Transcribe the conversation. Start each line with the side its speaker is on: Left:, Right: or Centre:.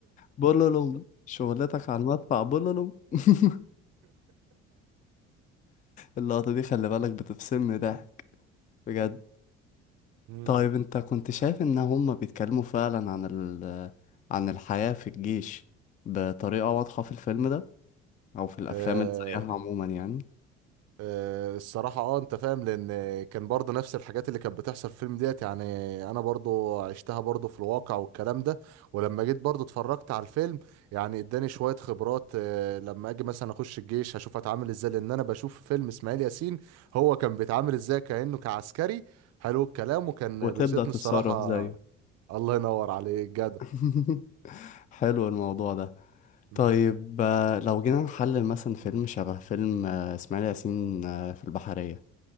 Left: بولولوم شغلتك على المدفع بولولوم <laughs> اللقطة دي خلي بالك بتفصلني ضحك بجد
Right: <laughs>
Left: طيب انت كنت شايف ان هما بيتكلموا فعلا عن ال عن الحياة في الجيش بطريقة واضحة في الفيلم ده او في الافلام
Right: مم.
Left: اللي زيها عموما يعني
Right: آه، الصراحة اه انت فاهم لان كان برضه نفس الحاجات اللي كانت بتحصل في الفيلم ديت يعني انا برضه عشتها برضه في الواقع والكلام ده ولما جيت برضه اتفرجت على الفيلم يعني اداني شوية خبرات آه، لما اجي مثلا اخش الجيش هشوف اتعامل ازاي لان انا بشوف في فيلم اسماعيل ياسين هو كان بيتعامل ازاي كأنه كعسكري حلو الكلام وكان
Left: وتبدأ
Right: بيوسطني
Left: تتصرف
Right: الصراحة
Left: زيه
Right: الله ينور عليك جدع
Left: <laughs> حلو الموضوع ده
Right: مم.
Left: طيب آه، لو جينا نحلل مثلا فيلم شبه فيلم آه، اسماعيل ياسين آه، في البحرية